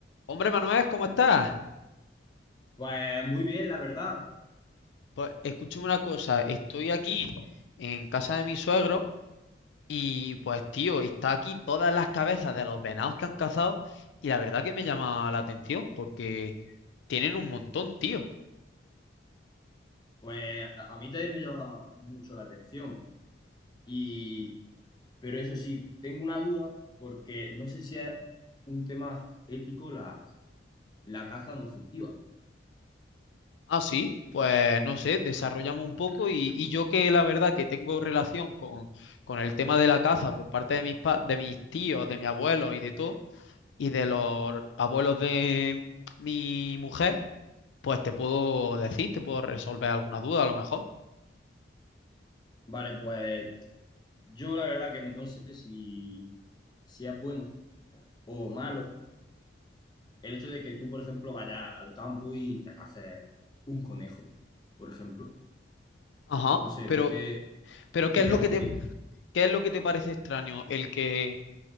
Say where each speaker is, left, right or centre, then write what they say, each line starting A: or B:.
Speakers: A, on the left; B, on the left.
A: Hombre Manuel, ¿cómo estás?
B: Pues muy bien, la verdad.
A: Pues escúchame una cosa, estoy aquí en casa de mi suegro y pues tío, está aquí todas las cabezas de los venados que han cazado y la verdad que me llama la atención porque tienen un montón, tío.
B: Pues a mí también me llama mucho la atención. Y, pero eso sí, tengo una duda porque no sé si es un tema ético la, la caza no furtiva.
A: Ah, sí, pues no sé, desarrollamos un poco y, y yo que la verdad que tengo relación con, con el tema de la caza por parte de mis, pa- de mis tíos, de mi abuelo y de todo, y de los abuelos de mi mujer pues te puedo decir, te puedo resolver alguna duda a lo mejor.
B: Vale, pues yo la verdad que no sé si, si es bueno o malo el hecho de que tú, por ejemplo, vayas al campo y te caces un conejo, por ejemplo.
A: Ajá.
B: No sé,
A: Pero,
B: ¿tú qué,
A: pero
B: qué
A: ¿qué es
B: crees
A: lo que
B: que opinas?
A: te, qué es lo que te parece extraño? ¿El que,